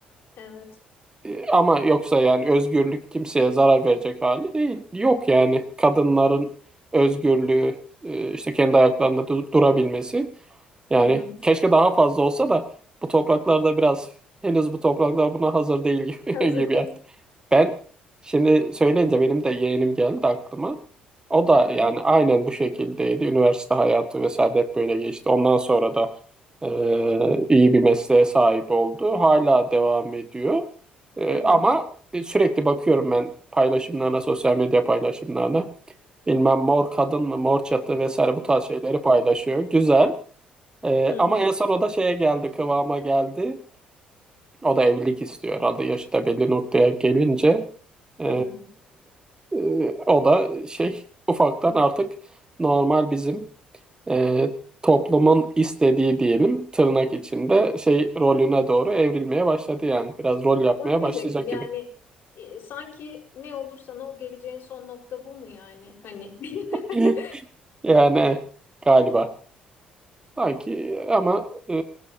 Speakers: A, on the left; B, on the right.
A: Evet.
B: E, Ama yoksa yani özgürlük kimseye zarar verecek hali değil. Yok yani kadınların özgürlüğü, e, işte kendi ayaklarında du- durabilmesi. Yani
A: Hı hı.
B: keşke daha fazla olsa da bu topraklarda biraz henüz bu topraklar buna hazır değil <laughs> gibi,
A: Hazır
B: gibi
A: değil.
B: yani. Ben şimdi söyleyince benim de yeğenim geldi aklıma. O
A: Hı
B: da
A: hı.
B: yani aynen bu şekildeydi. Üniversite hayatı vesaire de hep böyle geçti. Ondan sonra da e, iyi bir mesleğe sahip oldu. Hala devam ediyor. E,
A: Hı hı.
B: ama
A: <laughs>
B: sürekli bakıyorum ben paylaşımlarına, sosyal medya paylaşımlarına. Bilmem mor kadın mı, mor çatı vesaire bu tarz şeyleri paylaşıyor. Güzel. Ee,
A: Hı
B: ama
A: hı.
B: en son o da şeye geldi, kıvama geldi. O da evlilik istiyor. Adı yaşı da belli noktaya gelince ee,
A: Hı hı.
B: e, o da şey ufaktan artık normal bizim ee, toplumun istediği diyelim tırnak içinde şey rolüne doğru evrilmeye başladı yani. Biraz rol yapmaya
A: Onu diyecektim
B: başlayacak
A: yani
B: gibi.
A: e, sanki ne olursan ol geleceğin son nokta bu mu yani hani? <laughs>
B: <laughs> Yani galiba sanki ama e,